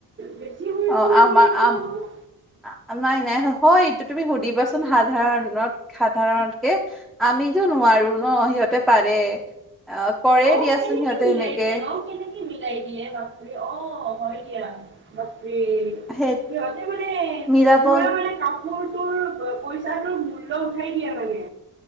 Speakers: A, on the right; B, in the centre.
A: বেছি হৈ
B: অ
A: গ'ল নেকি
B: আম আমাৰ
A: এইটো অলপ
B: নাই নাই হয় তুমি সুধিবাচোন সাধাৰণ সাধাৰণকে আমি যো নোৱাৰো ন সিহঁতে পাৰে আ কৰে
A: অ
B: দিয়াচোন
A: কেনেকে
B: সিহঁতে
A: মিলাই
B: এনেকে
A: দিয়ে ন কেনেকে মিলাই দিয়ে বাপৰে অ হয় দিয়া বাপৰে
B: সেই
A: সিহঁতে মানে
B: মিলাব
A: পুৰা মানে কাপ মোৰ তোৰ পইচা তোৰ মূল্য উঠাই দিয়ে মানে